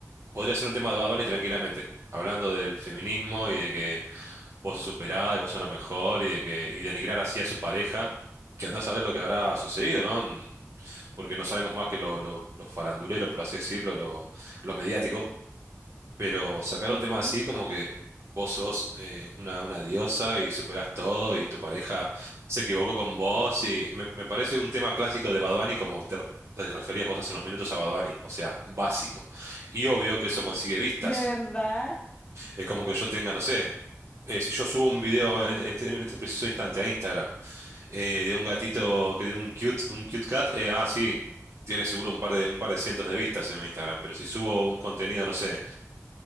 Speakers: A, on the right; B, on the left.
A: Podría ser un tema de Bad Bunny tranquilamente, hablando del feminismo y de que vos sos superada y vos sos la mejor y de que y denigrar así a su pareja, que andás a ver lo que habrá sucedido, ¿no? Porque no sabemos más que lo, lo, lo farandulero, por así decirlo, lo, lo mediático, pero sacar
B: Ujú.
A: un tema así como que vos sos eh, una, una diosa y superás todo y tu pareja se equivocó con vos y me, me parece un tema clásico de Bad Bunny como te, te referías vos hace unos minutos a Bad Bunny, o sea, básico. Y obvio que eso consigue vistas.
B: ¿De verdad?
A: Es como que yo tenga, no sé, eh, si yo subo un video en este, en este preciso instante a Instagram eh, de un gatito, que de un cute, un cute cat, eh, ah, sí, tiene seguro un par de, un par de cientos de vistas en mi Instagram, pero si subo un contenido, no sé,